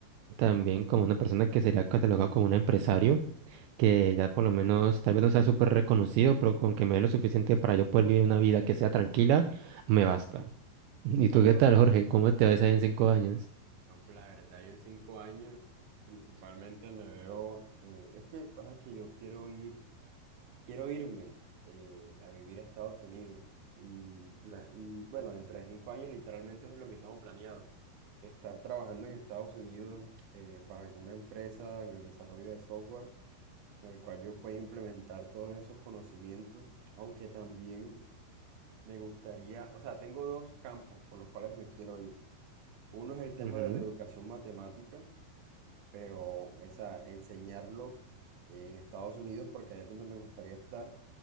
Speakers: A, on the right; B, on the right.
A: también como una persona que sería catalogado como un empresario que ya por lo menos, tal vez no sea súper reconocido, pero con que me dé lo suficiente para yo poder vivir una vida que sea tranquila, me basta. <laughs> ¿Y tú
B: Claro,
A: qué tal,
B: claro.
A: Jorge? ¿Cómo te ves ahí en cinco años?
B: No, pues la verdad, yo en cinco años principalmente me veo, eh, es que pasa que yo quiero ir, quiero irme eh, a vivir a Estados Unidos y, dura- y bueno, dentro de cinco años literalmente eso es lo que tengo planeado, estar trabajando en Estados Unidos eh, para alguna empresa en el desarrollo de software en el cual yo pueda implementar todos esos conocimientos, aunque también me gustaría, o sea, tengo dos campos por los cuales me quiero ir. Uno es el tema
A: Ujú.
B: de la educación matemática pero esa enseñarlo en Estados Unidos porque allá es donde me gustaría estar.